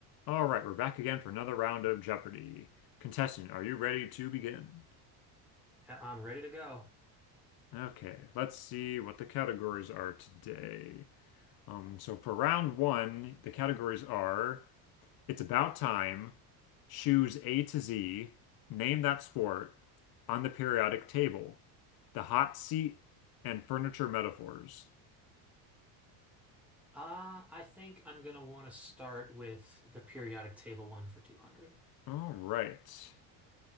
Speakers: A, on the left; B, in the centre.
A: All right, we're back again for another round of Jeopardy. Contestant, are you ready to begin?
B: Yeah, I'm ready to go.
A: Okay, let's see what the categories are today. Um, so for round one, the categories are It's About Time, shoes A to Z, Name That Sport, On the Periodic Table, The Hot Seat, and Furniture Metaphors.
B: Uh, I think I'm gonna want to start with the periodic table one for 200.
A: All right.